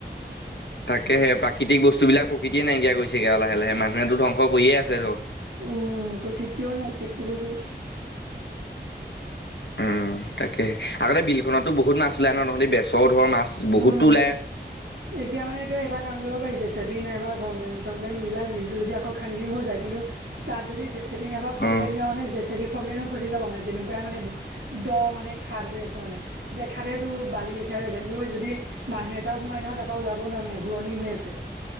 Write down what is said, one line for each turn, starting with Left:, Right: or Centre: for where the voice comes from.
Left: তাকে সে প্ৰাকৃতিক বস্তুবিলাক প্ৰকৃতিয়ে নাইকিয়া কৰিছেগে আৰু লাহে লাহে মানুহেতো ধ্বংস কৰিয়ে আছে ধৰ।
Right: উ কেতিয়াও নাইকিয়া কৰি কৰি গৈ আছোঁ।
Left: উম তাকে আগতে বিলখনতো বহুত মাছ ওলাই ন তহঁতি বেচও ধৰ মাছ বহুতো
Right: উম
Left: ওলায়
Right: এতিয়া মানে এইটো এটা কাম কৰিব পাৰিছে চেপি নাইবা চ <unintelligible> নিউলা বিলটো যদি আকৌ খান্দিও হৈ যায় কিন্তু তাত যদি জেচেপি নবা ফগলাই
Left: অ'।
Right: নিওঁ মানে জেচেপি ফগলাই নিও ফচি যাব মানে তেনেকুৱাই মানে দ' মানে খাদ ধুই আছে মানে দেখাতহ তটো বালি লখিয়া গৈ আছে কিন্তু যদি মানুহ এটাও সোমাই নহয় তাৰপৰা ওলাবও নোৱাৰে শুৱনি হৈ আছে।